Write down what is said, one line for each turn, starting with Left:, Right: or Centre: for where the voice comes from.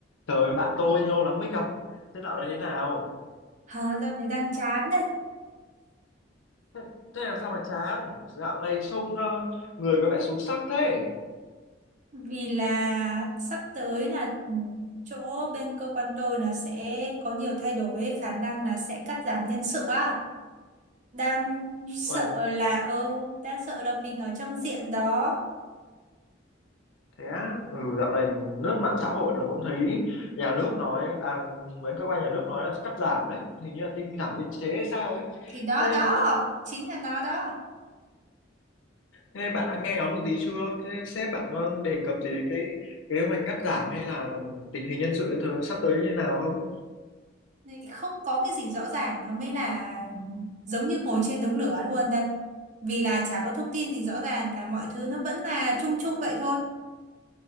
Left: Trời bạn tôi lâu lắm mới gặp. Thế dạo này thế nào?
Right: Hả, dạo này đang chán đấy
Left: Thế, thế làm sao mà chán? Dạo này trông ờ, người có vẻ xuống sắc thế.
Right: vì là sắp tới là ừ, chỗ bên cơ quan tôi là sẽ có nhiều thay đổi ấy, khả năng là sẽ cắt giảm nhân sự á đang sợ
Left: Ôi,
Right: là ừ, đang sợ là mình ở trong diện đó
Left: thế á? Ừ, dạo này lướt mạng xã hội là cũng thấy nhà nước nói, à, mấy cơ quan nhà nước nói là cắt giảm đấy. Hình như là tinh giảm biên chế hay sao ấy.
Right: thì đó
Left: Thế,
Right: đó chính là nó đó
Left: thế bạn đã nghe ngóng được gì chưa? Thế sếp bạn có đề cập gì đến cái kế hoạch cắt giảm hay là tình hình nhân sự thời- sắp tới như nào không?
Right: Này, không có cái gì rõ ràng nó mới là giống như ngồi trên đống lửa luôn đây vì là chả có thông tin gì rõ ràng cả mọi thứ nó vẫn là chung chung vậy thôi